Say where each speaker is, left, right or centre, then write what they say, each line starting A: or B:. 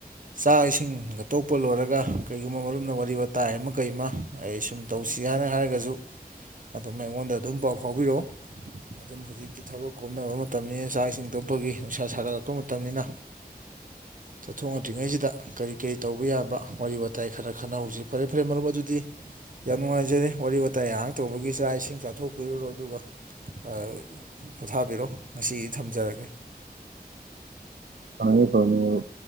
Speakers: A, on the right; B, on the right.
A: ꯆꯥꯛ ꯏꯁꯤꯡꯒ ꯇꯣꯛꯄ ꯂꯣꯏꯔꯒ ꯀꯔꯤꯒꯨꯝꯕ ꯃꯔꯨꯝꯅ ꯋꯥꯔꯤ ꯋꯇꯥꯏ ꯑꯃ ꯀꯩ ꯑꯃ ꯑꯩ ꯁꯨꯝ ꯇꯧꯁꯤ ꯍꯥꯏꯅ ꯍꯥꯏꯔꯒꯁꯨ ꯑꯗꯨꯝ ꯑꯩꯉꯣꯟꯗ ꯑꯗꯨꯝ ꯄꯥꯎ ꯐꯥꯎꯕꯤꯌꯣ ꯑꯗꯨꯝ ꯍꯧꯖꯤꯛꯇꯤ ꯊꯕꯛ ꯀꯣꯝꯅꯕ ꯃꯇꯝꯅꯤꯅ ꯆꯥꯛ ꯏꯁꯤꯡ ꯇꯣꯛꯄꯒꯤ ꯅꯨꯡꯁꯥ ꯁꯥꯒꯠꯂꯛꯄ ꯃꯇꯝꯅꯤꯅ ꯆꯠꯊꯣꯛꯅꯗ꯭ꯔꯤꯉꯩꯁꯤꯗ ꯀꯔꯤ ꯀꯔꯤ ꯇꯧꯕ ꯌꯥꯕ ꯋꯥꯔꯤ ꯋꯥꯇꯥꯏ ꯈꯔ ꯈꯟꯅꯍꯧꯖꯤ ꯐꯔꯦ ꯐꯔꯦ ꯃꯔꯨꯞ ꯑꯗꯨꯗꯤ ꯌꯥꯝ ꯅꯨꯡꯉꯥꯏꯖꯔꯦ ꯋꯥꯔꯤ ꯋꯇꯥꯏ ꯉꯥꯏꯍꯥꯛ ꯇꯧꯕꯒꯤ ꯆꯥꯛ ꯏꯁꯤꯡ ꯆꯥꯊꯣꯛꯄꯤꯔꯨꯔꯣ ꯑꯗꯨꯒ ꯑꯥ ꯄꯣꯊꯥꯕꯤꯔꯣ ꯉꯁꯤꯒꯤꯗꯤ ꯊꯝꯖꯔꯒꯦ
B: ꯐꯅꯤ ꯐꯅꯤ ꯃꯔꯨꯞ